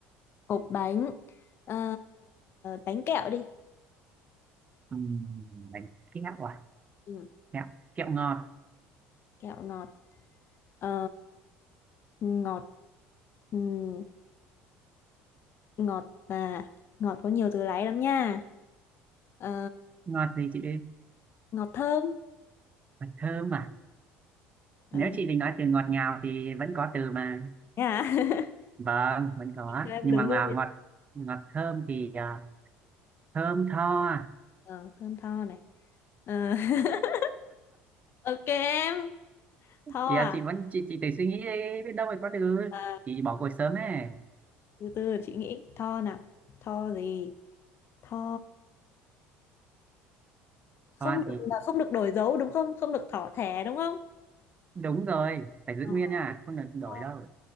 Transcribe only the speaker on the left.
hộp bánh Ờ, bánh kẹo đi
Ừm,
kẹo ngọt Ờ, ngọt ừm, ngọt và ngọt có nhiều từ lấy lắm nha Ờ,
ngọt thơm
ừ,
thế à? <laughs>
Chị cho em
đừng
lui
Ờ, thơm tho này Ờ, <laughs> ok em tho
à
Ờ,
từ từ để chị nghĩ tho nào tho gì tho không
được là không được đổi dấu đúng không không được thỏ thẻ đúng không
Ờ,
tho,